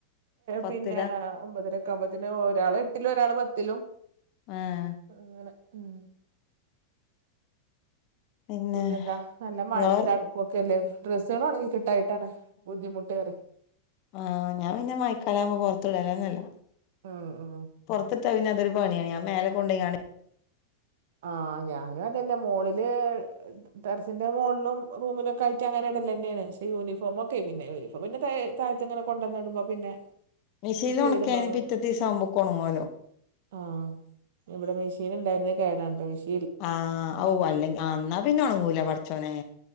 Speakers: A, on the left (about 40°); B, on the right (about 55°).
A: പത്തിലാ
B: പിന്നെ ഒമ്പതര കാവുംമ്പതിന് ഒരാള് എട്ടിലും ഒരാൾ പത്തിലും
A: ആഹ്
B: അങ്ങനെ ഉം
A: പിന്നെ
B: പിന്നെന്താ നല്ല മഴയും
A: ഇങ്ങള്
B: തണുപ്പും ഒക്കെ അല്ലേ ഡ്രെസ്സാൾ ഉണങ്ങി കിട്ടായിട്ടാണ് ബുദ്ധിമുട്ട് പറയാ
A: ആഹ് ഞാൻ പിന്നെ മയക്കാലം ആവുമ്പോ പൊറത്തിടലെനെയില്ലാ
B: ആ ആ
A: പുറത്ത് ത്തിട്ടാൽ അതൊരു പണിയാണ് ഞാൻ മേലെകൊണ്ടോയിങ്ങാണ്ട്.
B: ആഹ ഞാനും അതെന്നെ മോളില് ടെറസിന്റെ മോളിലും റൂമിലൊക്കെയായിട്ട് അങ്ങനെ ഇടലെന്നെണ് പക്ഷേ യൂണിഫോമൊക്കെ പിന്നെ വരും. അപ്പ പിന്നെ താഴെ താഴത്തെന്നെ ങ്ങനെ കൊണ്ടൊന്നു ഇടുമ്പോ പിന്നെ
A: മിഷിനിൽ
B: ഇസ്തിരി
A: ഉണക്കിയാൽ
B: ഇടുമ്പോ അങ്ങട്
A: പിറ്റേത്തെ
B: എടുക്കും.
A: ദിവസാവുമ്പോയേകും ഒണങ്ങുലോ?
B: ആഹ് ഇവടെ മെഷീൻ ഉണ്ടായിരുന്നെ കേടാണ് മെഷീ
A: ആഹ ഓ അല്ലെ എന്നാ പിന്ന ഉണങ്ങൂല പടച്ചോനെ